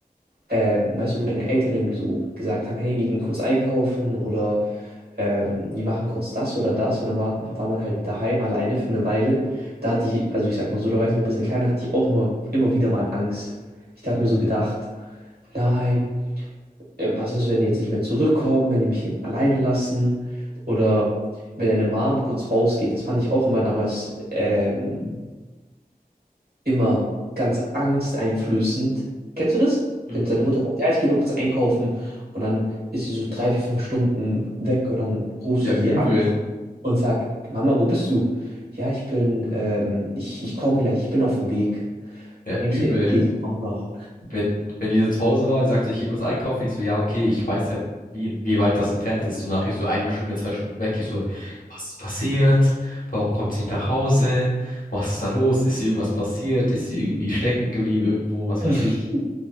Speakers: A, on the right; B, on the left.
A: Ähm, weißt du, wo deine Eltern irgendwie so gesagt haben, hey, wir gehen kurz einkaufen oder ähm, wir machen kurz das oder das. Und dann war, war man halt daheim alleine für eine Weile. Da hat die, also ich sag mal so, da war ich noch ein bisschen kleiner, hatte ich auch immer, immer wieder mal Angst. Ich habe mir so gedacht, nein, äh, was ist, wenn die jetzt nicht mehr zurückkommen, wenn die mich hier alleine lassen oder wenn deine Mom kurz rausgeht. Das fand ich auch immer damals ähm, immer ganz angsteinflößend. Kennst du das?
B: Mhm.
A: Wenn seine Mutter sagt, ja, ich gehe nur kurz einkaufen und dann ist sie so drei, vier, fünf Stunden weg und dann rufst
B: Ja,
A: du die
B: übel.
A: an und sagst, Mama, wo bist du? Ja, ich bin, ähm, ich, ich komme gleich, ich bin auf dem Weg.
B: Ja,
A: Und denkst
B: übel.
A: dir, okay, sie kommt noch.
B: wenn, wenn die so zu Hause war, sagte ich, geh kurz einkaufen. Ich so, ja, okay, ich weiß ja, wie, wie weit das entfernt ist. Und nachher so eine Stunde, zwei Stunden weg. Ich so, was ist passiert? Warum kommt sie nicht nach Hause? Was ist da los? Ist ihr irgendwas passiert? Ist sie irgendwie stecken geblieben irgendwo? Was
A: <laughs>
B: weiß ich?